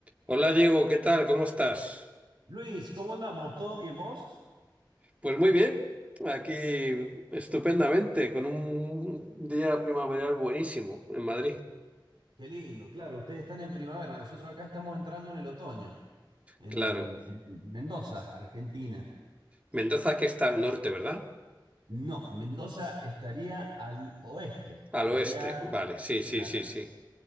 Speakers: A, on the right; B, on the right.
A: Hola Diego, ¿qué tal? ¿Cómo estás?
B: Luis, ¿cómo andamos? ¿Todo bien vos?
A: Pues muy bien, aquí estupendamente, con un día primaveral buenísimo en Madrid,
B: Qué lindo, claro, ustedes están en primavera, nosotros acá estamos entrando en el otoño, en,
A: claro.
B: en Mendoza, Argentina.
A: Mendoza que está al norte, ¿verdad?
B: No, Mendoza estaría al oeste,
A: Al
B: sería,
A: oeste, vale, sí,
B: claro,
A: sí, sí, sí.